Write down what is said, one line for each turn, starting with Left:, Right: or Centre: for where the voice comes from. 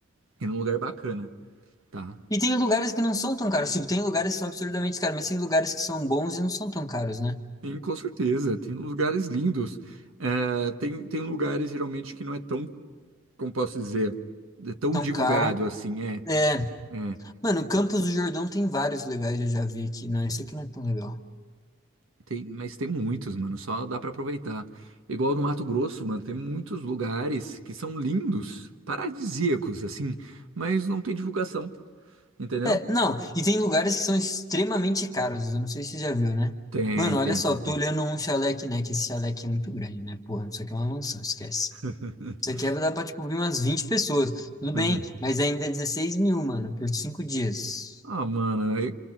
Right: ir num lugar bacana, tá?
Left: E tem lugares que não são tão caros. Tipo, tem lugares que são absurdamente caros, mas tem lugares que são bons e não são tão caros, né?
Right: Sim, com certeza, tem lugares lindos. Eh, tem, tem lugares geralmente que não é tão, como posso dizer, é tão
Left: Tão
Right: divulgado
Left: caro.
Right: assim, é.
Left: É,
Right: É,
Left: mano, Campos do Jordão tem vários legais, eu já vi aqui. Não, isso aqui não é tão legal.
Right: tem- mas tem muitos, mano, só dá pra aproveitar. Igual no Mato Grosso, mano, tem muitos lugares que são lindos, paradisíacos, assim, mas não tem divulgação, entendeu?
Left: É, não, e tem lugares que são extremamente caros. Eu não sei se você já viu, né?
Right: Tem,
Left: Mano, olha
Right: tem,
Left: só,
Right: tem,
Left: tô
Right: tem.
Left: olhando um chalé aqui, né? Que esse chalé aqui é muito grande, né? Porra, isso aqui é uma mansão, esquece.
Right: <laughs>
Left: Você quebra dá pra, tipo, vir umas 20 pessoas. Tudo
Right: Uhum.
Left: bem, mas ainda é 16 mil, mano, por cinco dias.
Right: Ah, mano, é,